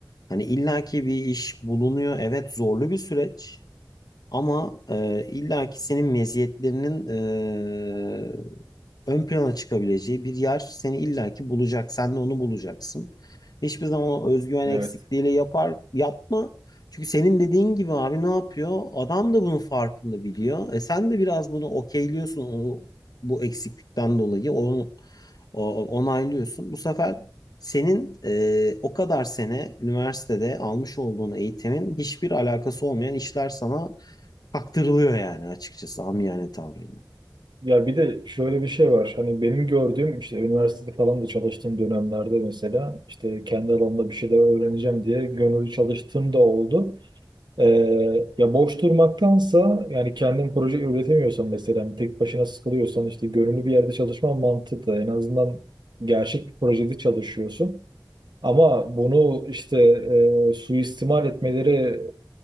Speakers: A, on the left; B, on the right.
A: Hani illaki bir iş bulunuyor. Evet zorlu bir süreç. Ama e, illaki senin meziyetlerinin e, ön plana çıkabileceği bir yer seni illaki bulacak. Sen de onu bulacaksın. Hiçbir zaman o özgüven
B: Evet.
A: eksikliğiyle yapar yapma. Çünkü senin dediğin gibi abi ne yapıyor? Adam da bunun farkında biliyor. E sen de biraz bunu okeyliyorsun onu, bu eksiklikten dolayı onu o- onaylıyorsun. Bu sefer senin e, o kadar sene üniversitede almış olduğun eğitimin hiçbir alakası olmayan işler sana Kaktırılıyor yani açıkçası amiyane tavrıyla.
B: Ya bir de şöyle bir şey var. Hani benim gördüğüm işte üniversitede falan da çalıştığım dönemlerde mesela işte kendi alanımda bir şeyler öğreneceğim diye gönüllü çalıştığım da oldu. Ee, ya boş durmaktansa yani kendin proje üretemiyorsan mesela hani tek başına sıkılıyorsan işte gönüllü bir yerde çalışman mantıklı. En azından gerçek bir projede çalışıyorsun. Ama bunu işte e, suistimal etmeleri